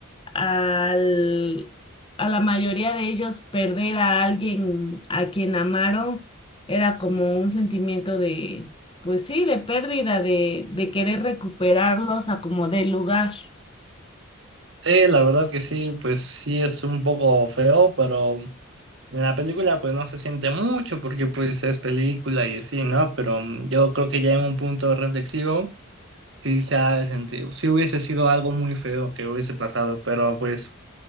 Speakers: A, on the left (about 25°); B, on the right (about 60°).
A: al, a la mayoría de ellos perder a alguien a quien amaron era como un sentimiento de, pues sí, de pérdida, de, de querer recuperarlos a como del lugar. <laughs>
B: Sí, la verdad que sí, pues sí es un poco feo, pero en la película pues no se siente mucho porque pues es película y así, ¿no? Pero mm, yo creo que ya en un punto reflexivo sí se ha de sentir, sí hubiese sido algo muy feo que hubiese pasado, pero pues